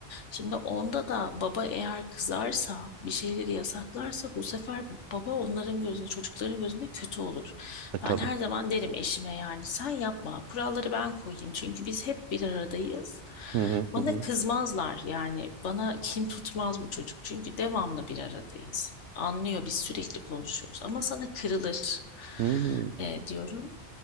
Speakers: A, on the left; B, on the right.
A: Şimdi onda da baba eğer kızarsa, bir şeyleri yasaklarsa bu sefer baba onların gözünde, çocukların gözünde kötü olur.
B: E tabii.
A: Ben her zaman derim eşime yani sen yapma, kuralları ben koyayım. Çünkü biz hep bir aradayız.
B: Hı hı,
A: Bana
B: hı hı.
A: kızmazlar yani bana kin tutmaz bu çocuk. Çünkü devamlı bir aradayız. Anlıyor biz sürekli konuşuyoruz ama sana kırılır
B: Hmm,
A: e, diyorum.